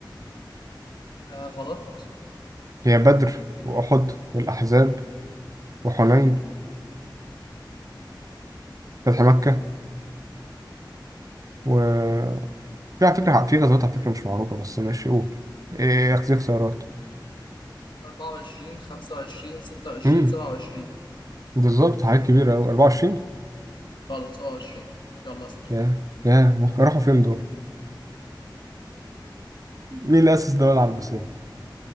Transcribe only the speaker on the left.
آه غلط
24 25 26
27
غلط 27 يلا اسأل